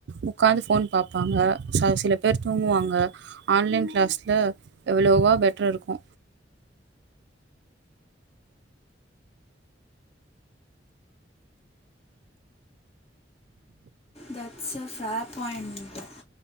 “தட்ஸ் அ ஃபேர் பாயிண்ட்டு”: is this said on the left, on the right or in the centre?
Left